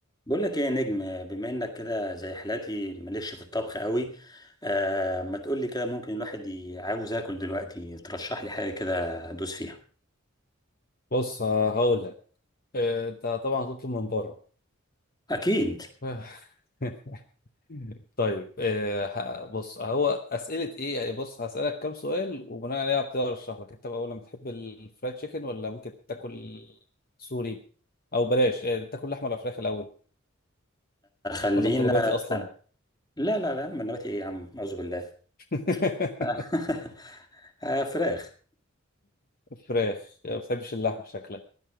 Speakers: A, on the left (about 20°); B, on the left (about 45°).
A: بقول لك ايه يا نجم بما انك كده زي حالاتي مالكش في الطبخ قوي آه ما تقول لي كده ممكن الواحد ي- عاوز اكل دلوقتي ترشح لي حاجه كده ادوس فيها
B: بص آه، هقول لك آه، انت طبعا هتطلب من بره
A: اكيد
B: <laughs> طيب آه، ه- بص هو اسئله ايه يعني بص هسالك كام سؤال وبناء عليها هبتدي ارشح لك انت بقى. اولا بتحب الفرايد تشيكن ولا ممكن تاكل سوري او بلاش آه، تاكل لحمه ولا فراخ الاول
A: خلينا
B: ولا انت نباتي اصلا
A: لا لا لا من نباتي ايه يا عم اعوذ بالله
B: <laughs>
A: <laughs> آه فراخ
B: فراخ يعني ما بتحبش اللحمه شكلك